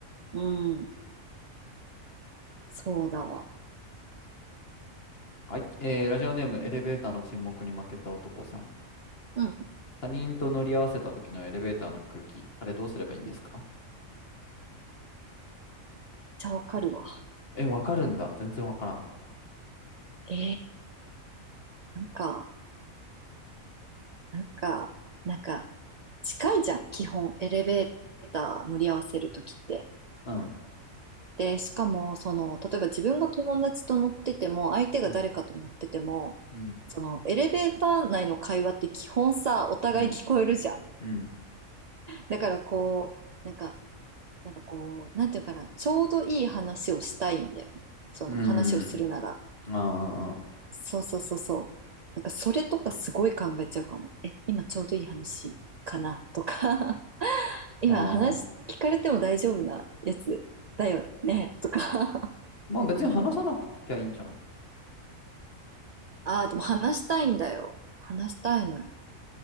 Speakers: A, on the right; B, on the left.
A: うん。そうだわ。
B: はい、えー、ラジオネーム、エレベーターの沈黙に負けた男さん。
A: うん。
B: 他人と乗り合わせた時のエレベーターの空気、あれどうすればいいんですか
A: めっちゃわかるわ。
B: え、わかるんだ。全然わからん。
A: えー、なんか。なんか、なんか、近いじゃん、基本、エレベーター乗り合わせるときって。
B: うん。
A: で、しかも、その、例えば自分が友達と乗ってても、相手が誰かと乗ってても、
B: うん。うん。
A: その、エレベーター内の会話って基本さ、お互い聞こえるじゃん。
B: うん。うん。
A: だからこう、なんか、なんかこう、なんていうのかな、ちょうどいい話をしたいんだよね。その、
B: う
A: 話をするなら。
B: ん。ああ、
A: そうそうそうそう。なんか、それとかすごい考えちゃうかも。え、今ちょうどいい話かなとか。今話聞かれても大丈夫なやつだよねとか
B: ああ。
A: <laughs>
B: まあ別に話さなくちゃいいんじゃん。
A: ああ、でも話したいんだよ。話したいのよ。